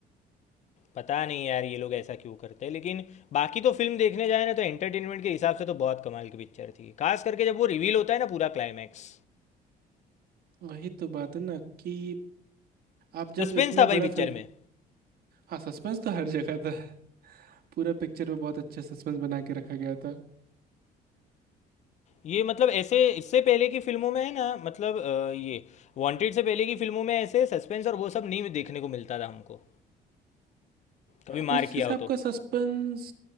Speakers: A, on the left; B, on the right.
A: पता नहीं यार ये लोग ऐसा क्यों करते हैं लेकिन बाकी तो फिल्म देखने जाए ना तो एंटरटेनमेंट के हिसाब से तो बहुत कमाल की पिक्चर थी खास करके जब वो रिवील होता है ना पूरा क्लाइमैक्स
B: वही तो बात है ना कि आप जब
A: सस्पेंस
B: इतना
A: था भाई
B: बड़ा
A: पिक्चर
B: फिल्म
A: में
B: हाँ सस्पेंस तो हर जगह था पूरा पिक्चर में बहुत अच्छा सस्पेंस बना के रखा गया था
A: ये मतलब ऐसे इससे पहले की फिल्मों में है ना मतलब अ, ये वांटेड से पहले की फिल्मों में ऐसे सस्पेंस और वो सब नहीं देखने को मिलता था हमको कभी मार
B: उस
A: किया
B: हिसाब
A: हो तो
B: का सस्पेंस